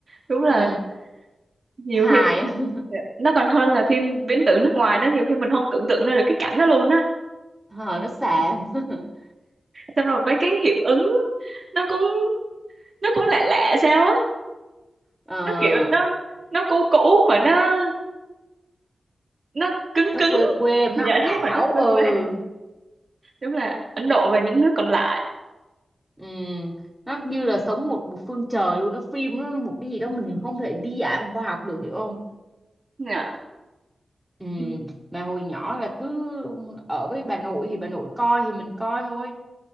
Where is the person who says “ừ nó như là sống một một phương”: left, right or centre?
Centre